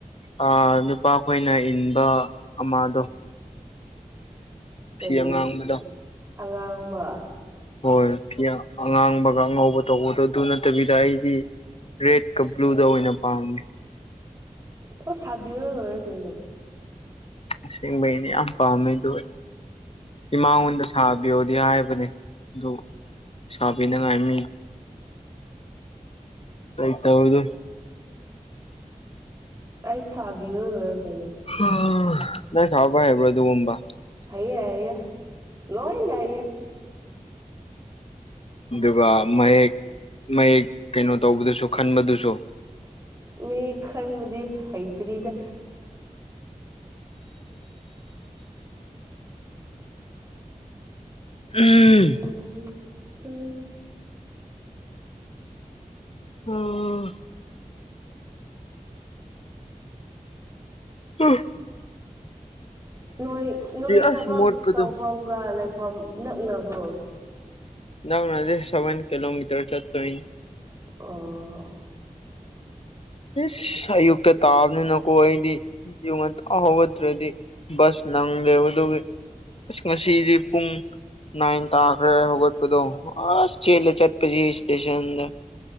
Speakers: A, on the left (about 50°); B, on the right (about 25°).
A: ꯑꯥ ꯅꯨꯄꯥ ꯈꯣꯏꯅ ꯏꯟꯕ ꯑꯃꯗꯣ
B: ꯀꯔꯤ
A: ꯐꯤ ꯑꯉꯥꯡꯕꯗꯣ
B: ꯑꯉꯥꯡꯕ
A: ꯍꯣꯏ ꯐꯤ ꯑꯉꯥꯡꯕꯒ ꯑꯉꯧꯕ ꯇꯧꯕꯗꯣ ꯑꯗꯨ ꯅꯠꯇꯕꯤꯗ ꯑꯩꯗꯤ ꯔꯦꯗꯀ ꯕ꯭ꯂꯨꯗ ꯑꯣꯏꯅ ꯄꯥꯝꯃꯤ
B: ꯑꯣ ꯁꯥꯕꯤꯔ ꯂꯣꯏꯔꯦ ꯀꯩꯅꯣ
A: ꯑꯁꯦꯡꯕꯩꯩꯅꯦ ꯌꯥꯝ ꯄꯥꯝꯃꯦ ꯑꯗꯨ ꯏꯃꯥꯉꯣꯟꯗꯁꯨ ꯁꯥꯕꯤꯌꯣꯗꯤ ꯍꯥꯏꯕꯅꯦ ꯑꯗꯨ ꯁꯥꯕꯤꯅꯤꯉꯥꯏ ꯃꯤ ꯂꯩꯇꯕꯗꯨ
B: ꯑꯩ ꯁꯥꯕꯤꯔ ꯂꯣꯏꯔꯦ ꯀꯩꯅꯣ
A: ꯑꯥ ꯅꯪ ꯁꯥꯕ ꯍꯥꯏꯕ꯭ꯔꯣ ꯑꯗꯨꯒꯨꯝꯕ
B: ꯍꯩꯌꯦ ꯍꯩꯌꯦ ꯂꯣꯢꯅ ꯍꯩꯌꯦ
A: ꯑꯗꯨꯒ ꯃꯌꯦꯛ ꯃꯌꯦꯛ ꯀꯩꯅꯣ ꯇꯧꯕꯗꯨꯁꯨ ꯈꯟꯕꯗꯨꯁꯨ
B: ꯃꯤ ꯈꯟꯕꯗꯤ ꯍꯩꯇ꯭ꯔꯤꯗ
A: ꯎꯝ
B: ꯎꯝ ꯇꯨ
A: ꯑꯝ ꯑꯦ
B: ꯅꯣꯏ ꯅꯣꯏ
A: ꯑꯁ
B: ꯊꯕꯛ
A: ꯃꯣꯠꯄꯗꯣ
B: ꯇꯧꯐꯝꯒ ꯂꯩꯐꯝ ꯅꯛꯅꯕ꯭ꯔꯣ
A: ꯅꯪꯅ ꯍꯧꯖꯤꯛ ꯁꯕꯦꯟ ꯀꯦꯂꯣꯃꯤꯠꯇ꯭ꯔ ꯆꯠꯇꯣꯢꯅꯤ
B: ꯑꯣ
A: ꯏꯁ ꯑꯌꯨꯛꯇ ꯇꯥꯕꯅꯤꯅꯀꯣ ꯑꯩꯗꯤ ꯑꯌꯨꯛ ꯉꯟꯇꯥ ꯍꯧꯒꯠꯇ꯭ꯔꯗꯤ ꯕꯁ ꯅꯪꯗꯦꯕ ꯑꯗꯨꯒꯤ ꯑꯁ ꯉꯁꯤꯗꯤ ꯄꯨꯡ ꯅꯥꯏꯟ ꯇꯥꯈ꯭ꯔꯦ ꯍꯧꯒꯠꯄꯗꯣ ꯑꯁ ꯆꯦꯂ ꯆꯠꯄꯁꯤ ꯁ꯭ꯇꯦꯁꯟꯗ